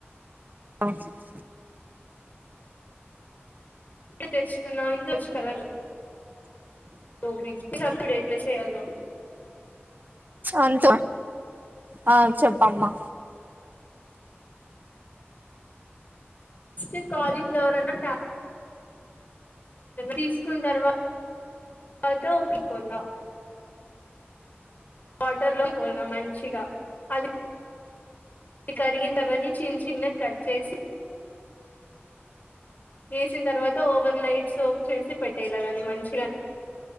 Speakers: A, on the right (about 45°); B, on the left (about 45°).
A: ఆ చెప్
B: ఆన్ని తెచ్ కున్నావు ఇంకొచ్ కదా మాక్ తెలీదు అప్పుడు ఎట్ల చేయాలో
A: చా అంతో ఆ చెప్పమ్మా
B: ఉంటే కాలిఫ్లవరన్నా త్యా తీసుకున్న తర్వాత ఒకరి ఒకటి కొన్నా వాటర్ లో పోయినా మంచిగా అది అవి కడిగిండవన్ని చిన్న చిన్నగా కట్ చేసి వేసిన తర్వాత ఓవర్నైట్ సోప్ చేసి పెట్టేయలా దాన్ని మంచిగా